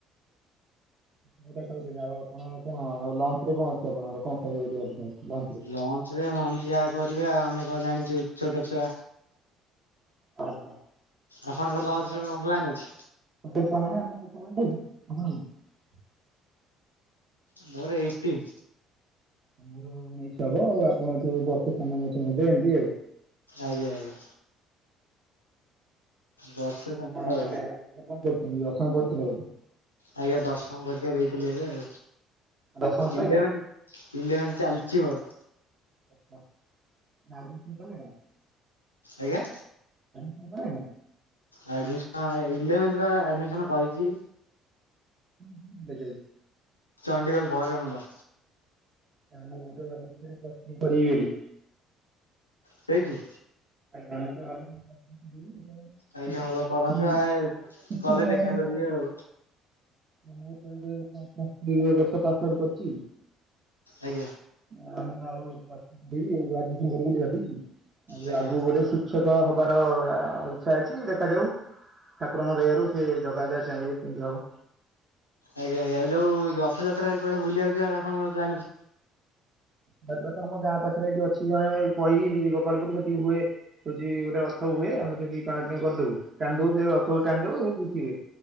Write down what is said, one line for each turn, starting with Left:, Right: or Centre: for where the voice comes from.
Right: ମୁଁ ତ ଖାଇଥିଲି ଆଉ ଆପଣ କଣ ଆଉ ଲଞ୍ଚ ରେ କଣ ଅଛି ଆପଣଙ୍କର କଣ ଖାଇବେ ବୋଲି ଭାବିଛନ୍ତି? ଲଞ୍ଚ ରେ?
Left: ଲଞ୍ଚ ରେ ମମି ଯାହା କରିବେ ଆଉ ଆମେ କଣ ଜାଣିଛୁ ଛୋଟ ଛୁଆ।
Right: ଅହ ଛୋଟ
Left: ଆପଣଙ୍କ ଲଞ୍ଚ ରେ
Right: ଛୁଆ
Left: କଣ ପ୍ଲାନ୍ ଅଛି?
Right: ବୋଲି ନା <inaudible>
Left: ମୋର ଏଇଟିନ୍।
Right: ଆଉ ମୋର ମିକ୍ସ ହବ ଆଉ ଆପଣଠୁ ବର୍ଷେ ସାନ ମ ହେବେ ଏମତି ଆଉ।
Left: ଆଜ୍ଞା ଆଜ୍ଞା। ବର୍ଷେ ଖଣ୍ଡେ
Right: କଣ
Left: ହବ
Right: ଏବେ କଣ କହୁଛନ୍ତି ଦଶମ ପଢୁଥିଲ ବୋଧେ।
Left: ଆଜ୍ଞା ଦଶମ ପରିକ୍ଷା ଦେଇଥିଲି ଏବେ ଆଉ।
Right: ଦଶମ ସଇଲା?
Left: ଇଲେଭେଣ୍ଟ ଇଲେଭେନ୍ ଚାଲିଛି ମୋର।
Right: ଆଛା ଆଡମିସନ କଲେଣି?
Left: ଆଜ୍ଞା।
Right: ତମେ କଲଣି?
Left: ଆଡ଼ମିସନ ଇଲେଭେନ୍ଥେ ବା ଆଡ଼ମିସନ କରିଛି।
Right: ହ ବେଜେଜେ
Left: ଚଣ୍ଡୀଗଡ଼ ବହରା ନଦ
Right: ମୁଁ ବି ତ ଭାବିଥିଲି ପ୍ଲସ ଥ୍ରି କରିବି ବୋଲି।
Left: ସେଇଠି?
Right: ଆଜ୍ଞା ମୁଁ ତ ଭାବିଚିବମୁ ପ୍ଲସ ଥ୍ରି କରିବି।
Left: ଆଜ୍ଞା
Right: କି ଟି
Left: ଭଲ କରନ୍ତୁ ଆ
Right: ଟିକେ
Left: ଗଲେ
Right: ତମଆଡେ
Left: ଦେଖା
Right: ଇଛା
Left: କରିବେ
Right: ଅଛି।
Left: ଆଉ
Right: ମୁଁ ତ ଏବେ ପ୍ଲୁସ ଥ୍ରୀ <unintelligible> ଆଡୁ କରିଛି।
Left: ଆଜ୍ଞା
Right: ଆ ଆଉ ପ୍ଲସ ଥ୍ରି କରିବି ଗ୍ରାଜୁଏସନ କରିବି ବୋଲି ଭାବିଛି। ଆଉ
Left: ଆଜ୍ଞା।
Right: ଆଗକୁ ଗୋଟେ ଶିକ୍ଷକ ହବାର ଇଚ୍ଛା ଅଛି ଦେଖାଯାଉ। ଠାକୁରଙ୍କ ଦୟା ରୁ ସେ ଜଗା ଯାହା ଚାହିଁବେ ସେମିତି ହବ।
Left: ଆଜ୍ଞା ଆଜ୍ଞା ଆଉ ଯୋଉ ରଥଯାତ୍ରା କୁଆଡେ ବୁଲିିବାକୁ ଯିବାର ଆପଣଙ୍କର ପ୍ଲାନ୍ ଅଛି?
Right: ଯାତ୍ରା ତ ଆମ ଗାଁ ପାଖରେ ଏଇଠି ଅଛି ଜଣେ ପଇ ଗୋପାଳପୁର ସେଠି ହୁଏ ହଉଛି ଗୋଟେ ହୁଏ ଆମେ ସେଠି ଟଣାଟଣି କରିଦଉ ଟାଣି ଦଉ ସେ ରଥ କୁ ଟାଣିିଦଉ ସେ ଖୁସି ହୁଏ।